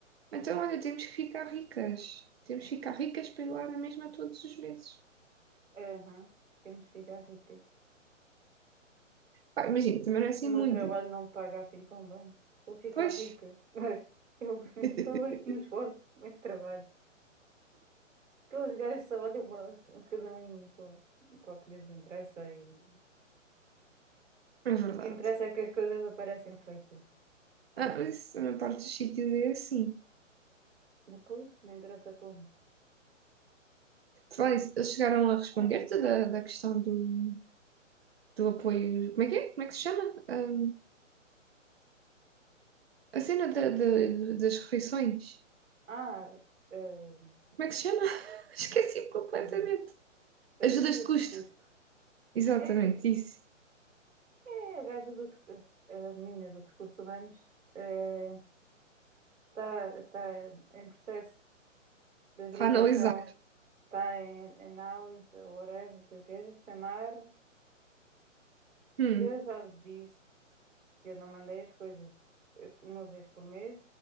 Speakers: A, on the right; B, on the right.
A: Então, olha, temos que ficar ricas. Temos que ficar ricas para ir lá na mesma todos os meses.
B: Aham, Temos que ficar ricas.
A: Pá, imagina, também não é assim
B: O meu
A: muito.
B: trabalho não me paga assim tão bem. Vou ficar
A: Pois.
B: rica. <laughs> Eu,
A: <laughs>
B: eu é que me esforço, eu é que trabalho. Aqueles gajos só olham para cada um para, para o que lhes interessa e
A: É verdade.
B: O que interessa é que as coisas aparecem feitas.
A: Ah,
B: Ah,
A: mas isso, a maior parte dos sítios é assim.
B: depois, não interessa como.
A: Falar nisso, eles chegaram a responder-te
B: Ah,
A: da, da questão do, do apoio. Como é que é? Como é que se chama? Ah, a cena da, da- das refeições.
B: ah, eh,
A: Como é que se chama? <laughs> Esqueci completamente.
B: as, aju- as
A: Ajudas
B: ajudas
A: de custo.
B: de custo.
A: Exatamente,
B: É,
A: isso.
B: é a gaja dos, a menina dos recursos humanos, eh, está, está em processo de averiguação,
A: Está a analisar.
B: está em análise, ou whatever que eu queira chamar,
A: Hum.
B: e eu já lhes disse Eu não mandei as coisas eh, uma vez por mês.